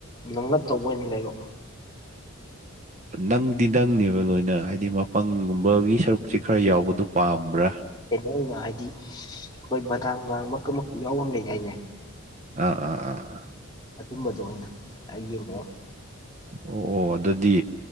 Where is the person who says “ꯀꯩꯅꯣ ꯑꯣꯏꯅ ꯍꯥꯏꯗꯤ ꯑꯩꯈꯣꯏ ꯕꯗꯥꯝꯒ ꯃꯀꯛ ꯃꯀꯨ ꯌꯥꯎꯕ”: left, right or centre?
Left